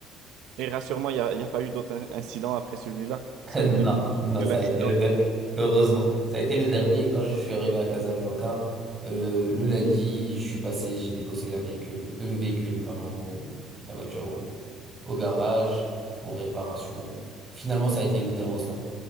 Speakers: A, on the right (about 75°); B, on the right (about 15°).
A: Et rassure-moi, il n'y a, il y a pas eu d'autres in- incidents après celui-là.
B: <laughs>
A: Ça
B: Non,
A: a été
B: non,
A: l'incident.
B: ça a été le dernier. Heureusement, ça a été le dernier. Et quand je suis arrivé à Casablanca, euh, le lundi, je suis passé, j'ai déposé la véhicule, euh, le véhicule, pardon, au- la voiture au, au garage pour réparation. Finalement, ça a été le thermostat.